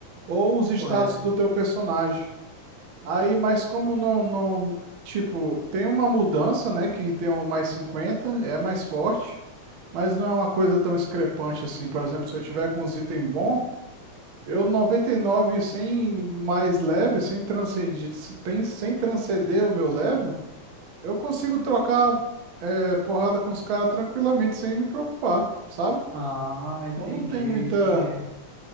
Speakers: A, on the right; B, on the right.
A: Ou os status
B: Correto.
A: do teu personagem. Aí, mas como não, não, tipo, tem uma mudança, né? Quem tem o mais 50 é mais forte, mas não é uma coisa tão discrepante assim. Por exemplo, se eu tiver com os itens bons, eu 99 sem mais level, sem transcender, sem, sem transcender o meu level. Eu consigo trocar é, porrada com os caras tranquilamente, sem me preocupar, sabe?
B: Ah, entendi,
A: Então não tem muita,
B: entendi.